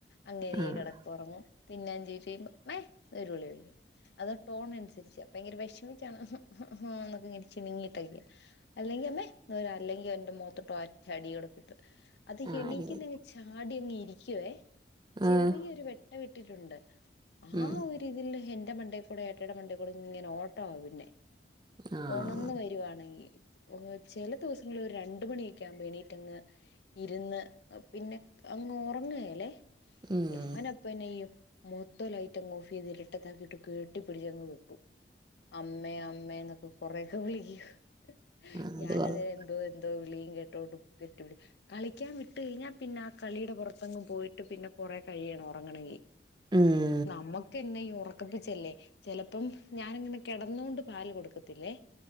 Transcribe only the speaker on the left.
അങ്ങനെ
കെടാ ഒറങ്ങും പിന്നെ അഞ്ച്ൻറ്റ് ഴിഞ്ഞ മ്മേ എന്ന് വിളിക്കും അത് ട്ടോൺ ന- അപ്പയ്ങ്ങരെ വേഷ്മിച്ച ഹ ഹ ഹ ന്നൊക്കെ ങ്ങനെ ചുണുങ്ങിട്ടൊക്ക. അല്ലങ്കി അമ്മേ ന്ന ലാ അല്ലങ്കിൽ എന്റെ മൊത്തോട്ട് ഒറ്റടി ഓടക്കിട്ടും അത്
എണീക്കുന്നെ
- ചാടിയങ്ങ് ഇരിക്കുവേ ചെറിയൊരു
വേട്ടവിട്ടിട്ടുണ്ട് ആ
ഒര് - ട്ടി തിൽ എന്റെ മന്റെകൂടെ ഏട്ടടെ മണ്ടെകൂടെ ങ്ങനെ ഓട്ട പിന്നെ.
ഓണന്ന് വരുവാണങ്ങി. ഓ ചെല ദിവസങ്ങളി ലൊരണ്ട് മാനിക്കാവുമ്പോ നീറ്റങ്ങ്. ഇര്ന്ന് അ ഹ പിന്നെ അങ്ങ് ഉറങ്ങല്ലേ.
ഞാനപ്പനെയും മൊത്തം ലൈറ്റഅങ് ഓഫയ്ത് ഇരട്ടത്താക്കിട്ട് കെട്ടി പിടിച്ചങ്ങ് കെ പ്പോ അമ്മേ അമ്മേ ന്നൊക്കെ കൊറേക്ക വിളികും. ഹ് ഹ്
ഞാനതേ
എന്തോ എന്തോ വിളിയും കേട്ടോണ്ട് കെട്ടിപി കളിക്കാൻ വിട്ട് കഴിഞ്ഞാ പിന്നാകളിയുടെ പുറത്തങ്ങ് പോയിട്ട് പിന്നെ കൊറ കഴിയണം ഉറങ്ങണങ്കിൽ.
നമക്കന്ന ഇ ഒറക്കിപ്പിച്ചല്ലേ ചില ഉം ഞാൻങ്ങനെ കെടന്നൊണ്ട് പാല് കൊടുക്കത്തില്ലേ